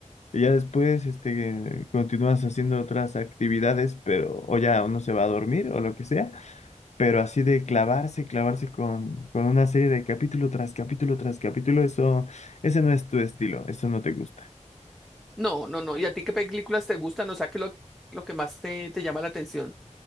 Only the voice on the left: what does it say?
y ya después, este, continúas haciendo otras actividades, pero, o ya uno se va a dormir o lo que sea, pero así de clavarse, clavarse con, con una serie de capítulo tras capítulo tras capítulo, eso, ese no es tu estilo, eso no te gusta.